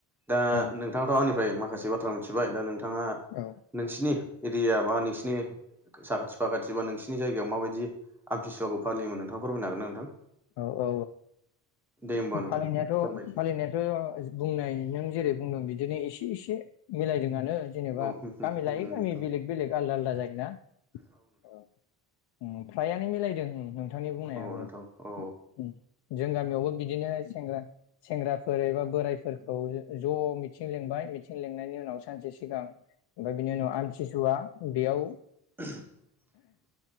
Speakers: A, in the centre; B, on the left.
A: दा
B: औ
A: नोंथाङाथ' आंनिफ्राय माखासे बा थ्रा मिथिबाय दा नोंथां बिथाङा
B: औ
A: नोंसिनि एरिया बा नोंसिनि साखाथि फाखाथिबा नोंसि नि जायगायाव माबायदि? आमथिसुवाखौ फालियोमोन नोंथाङा फोरमायनो हागोन ना नोंथां?
B: औ औ
A: दे होमबा
B: औ
A: नोंथां
B: फालिनायाथ'
A: फोरमायदो दे।
B: फालिनायाथ' बुंनाय नों जेरै बुंदों बिदिनो एसे एसे मिलायदोंआनो जेनेबा
A: औ
B: गामि लायै गामि
A: नोंथां
B: बेलेग बेलेग आलदा आलदा जायोना औ ओं फ्रायानो मिलायदों नोंथांनि बुंनायाबो
A: औ नोंथां औ
B: उम जोंनि गामियावबो बि बिदिनो सेंग्रा सेंग्राफोर एबा बोरायफोरखौ ज' मिथिं लिंबाय मिथिं लिंनायनि उनाव सानसे सिगां ओमफ्राय बिनि उनाव आमथिसुवा बेयाव
A: <unintelligible>